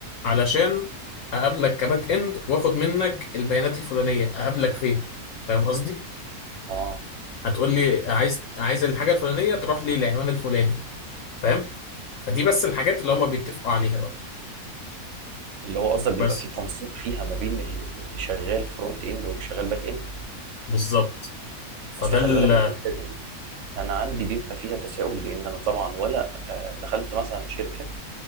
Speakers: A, on the left; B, on the right.
A: علشان اقابلك كباك اند واخد منك البيانات الفلانيه اقابلك فين فاهم قصدي
B: اه
A: هتقول لي عايز عايز الحاجه الفلانيه تروح لي العنوان الفلاني فاهم فدي بس الحاجات اللي هما بيتفقوا عليها بقى
B: اللي هو قصدك بيبقى
A: بس
B: فيه تنسيق فيها ما بين ال- ال- اللي شغال فرونت اند واللي شغال باك اند
A: بالظبط فده
B: اصل
A: ال-
B: خلي بالك الحته دي انا عندي بيبقى فيها تساؤل لان انا طبعا ولا آه، دخلت مثلا شركه